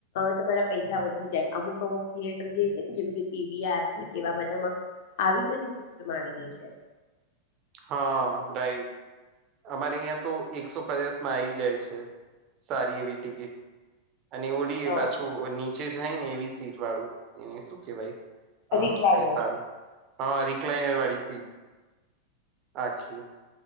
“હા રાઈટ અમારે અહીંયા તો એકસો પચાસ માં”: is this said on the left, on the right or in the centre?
Right